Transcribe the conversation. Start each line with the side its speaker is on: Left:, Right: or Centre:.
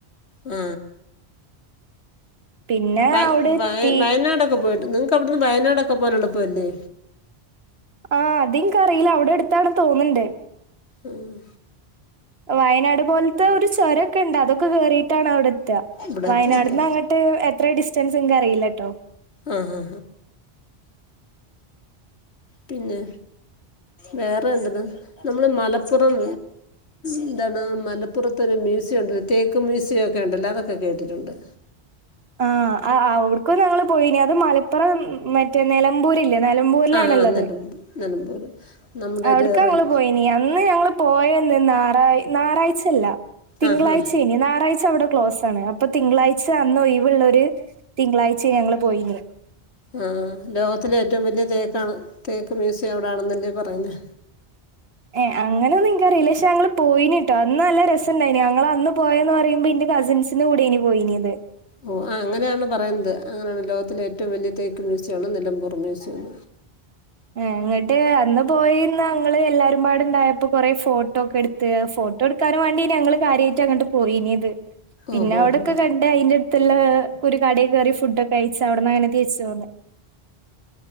Left: ആ
Right: പിന്നെ
Left: വ
Right: അവിടെ
Left: വ
Right: എത്തി
Left: വയനാടക്കെ പോയിട്ട് നിങ്ങക്ക് അവിടുന്ന് വയനാടൊക്കെ പോവാന് എളുപ്പല്ലേ
Right: ആ അത് എനിക്കറിയില്ല അവിടെ എടുത്തണെന്ന് തോനുണ്ട്
Left: ഉം.
Right: വയനാട് പോലത്തെ ഒരു ചുരൊക്കെ ഉണ്ട് അതൊക്കെ കേറിട്ടാണ് അവിടെ ഏ ത്ത
Left: ഇവിടെ
Right: വയനാടിന്
Left: എത്തിയിട്ട്
Right: അങ്ങോട്ട് എത്ര ഡിസ്റ്റൻസ് അറിയില്ല കേട്ടോ
Left: ആ ആ പിന്നെ വേറെ എന്താണ് നമ്മള് മലപ്പുറം എന്താണ് മലപ്പുറത്തരു മ്യൂസിയം ഉണ്ട് തേക്ക് മ്യൂസിയംക്കെ ഉണ്ടല്ലോ അതൊക്കെ കേട്ടിട്ടുണ്ട്
Right: ആഹ അവിടുക്കും ഞങ്ങൾ പോയിനി അത് മലപ്പുറം മറ്റേ നിലമ്പൂരില്ലേ നിലമ്പൂരിലണുള്ളത്
Left: ആഹ് നിലം നിലമ്പൂര് നമ്മുടെ
Right: അവിടക്
Left: ഒരു
Right: ഞങ്ങൾ
Left: റിൽ
Right: പോയിന്ന് അന്ന് ഞ പോയ നാറാ ഞാറാച്ചല്ല തിങ്കളാഴ്ച്ച
Left: ആഹാ
Right: നു നാറായ്ച്ച അവിടെ ക്ലോസ് ആണ് അപ്പൊ തിങ്കളാഴ്ച അന്ന് ഒഴിവ് ള്ളരു തിങ്കളാഴ്ച ഞങ്ങൾ പോയിന്നു
Left: ആഹ് ലോകത്തിലെ ഏറ്റവും വലിയ തേക്ക് മ്യൂസിയം അവിടെ ആണെന്നല്ലേ പറയുന്ന്
Right: ഏ അങ്ങനൊന്നുംനിക്കറിയില്ല പക്ഷെ ഞങ്ങൾപോയിനട്ടോ അന്ന് നല്ല രസംണ്ടായിന് ഞങ്ങൾ അന്ന് പോയന്ന് പറയുമ്പോ ഇന്റെ കസിൻസിന്റെ കൂടെന് പോയിനത്
Left: ഓ ആ അങ്ങനെയാണ് പറയുന്നത് അങ്ങനെയാണ് ലോകത്തിലെ ഏറ്റവും വലിയ തേക്ക് മ്യൂസിയമാണ് നിലമ്പൂർ മ്യൂസിയം
Right: ഏ ഇങ്ങിട്ട് അന്ന് പോയിന്ന് ഞങ്ങൾ എല്ലാരുംപാടുണ്ടായപ്പോ കൊറെ ഫോട്ടോ ഫോട്ടോക്കെ എടുത്ത് ഫോട്ടോ എടുക്കാനും വേണ്ടി ഞങ്ങള് കാര്യയിട്ട് അങ്ങട്ട് പോയിനത് പിന്നെ
Left: ഓഹോ
Right: അവിടൊക്കെ
Left: ഹോ
Right: കണ്ട് അയിന്റെ അടുത്തുള്ള ഒരു കടയിൽ കയറി ഫുഡൊക്കെ കയിച്ച് അവിടന്നനെ തിരിച്ച് പോന്നു